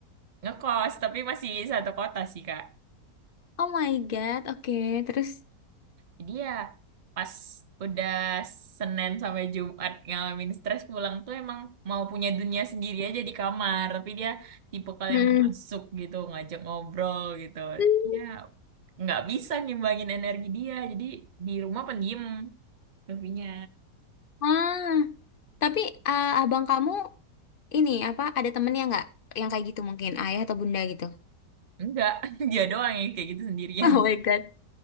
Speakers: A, on the right; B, on the left.
A: ngekos, tapi masih satu kota sih, Kak.
B: oh my god oke terus
A: Jadi ya pas udah Senin sampai Jumat ngalamin stres pulang tuh emang mau punya dunia sendiri aja di kamar. Tapi dia tipe kalau
B: hmm.
A: yang masuk gitu, ngajak ngobrol gitu.
B: Hmm.
A: Ya nggak bisa ngimbangin energi dia. Jadi di rumah pendiam tapinya.
B: ah tapi ah, abang kamu ini apa ada temennya nggak yang kayak gitu mungkin ayah atau bunda gitu <laughs>
A: Enggak, <laughs> dia doang yang kayak gitu sendirian.
B: Oh my God.